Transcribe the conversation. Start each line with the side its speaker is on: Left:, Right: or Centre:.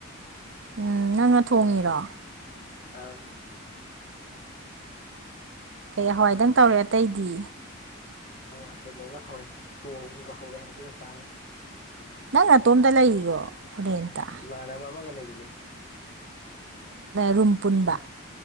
Right: ꯎꯝ ꯅꯪꯅ ꯊꯣꯡꯉꯤꯔꯣ
Left: ꯑ
Right: ꯀꯩ ꯍꯋꯥꯏꯗꯪ ꯇꯧꯔꯦ ꯑꯇꯩꯗꯤ
Left: ꯑ ꯀꯩꯅꯣꯒ ꯍꯧꯔꯦ ꯇꯣꯡꯒ ꯍꯧꯔꯦ ꯑꯗꯨꯒ ꯆꯥꯔꯦ
Right: ꯅꯪ ꯑꯇꯣꯝꯇ ꯂꯩꯔꯤꯔꯣ ꯔꯦꯟꯇ
Left: ꯃꯥꯅ ꯃꯥꯕꯒ ꯂꯩꯒꯅꯦ
Right: ꯔꯨꯝ ꯄꯨꯟꯕ